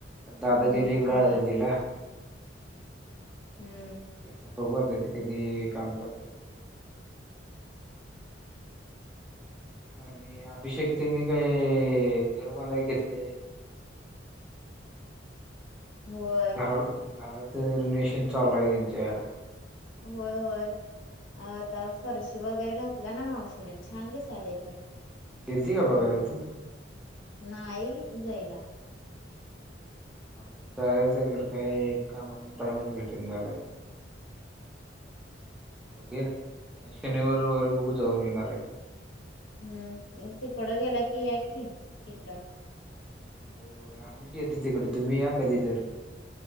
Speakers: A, in the centre; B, on the left.
A: प दाद
B: हम्म
A: गेली गडंदला.
B: होय हम्म
A: ते आता बघव जायचे कधी काम करते ते आणि अभिषेक त्यांनी काही घर बांधाय घेतले.
B: होय.
A: घरा घराच रोनेशन चालू आहे त्यांच्या.
B: होय होय आता फरशी वगैरे घातल्या ना मावशीने छान दिसले खर.
A: गेलती का बघाले तू.
B: नाही जाईला.
A: मला पण जायचं आहेर काय कामातून टाइमच भेटून जायलाय. बघे या शनिवारवारी बघू जाऊन येणार आहे.
B: हम्म तिकडं गेला की या की इकडं.
A: हम्म, होय होय आम्हीच येतो तिकडं तुम्ही या कधी तर.